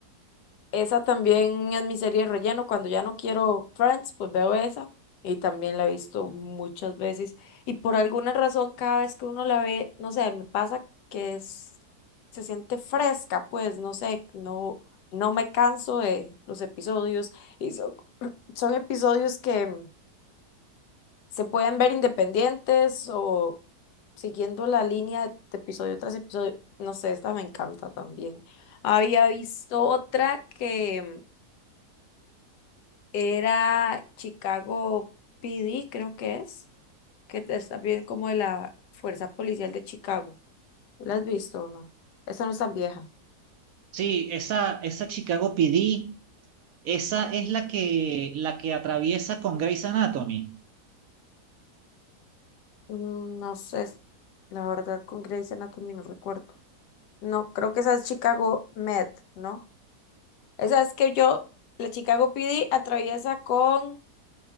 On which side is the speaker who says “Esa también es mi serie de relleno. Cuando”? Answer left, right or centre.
Left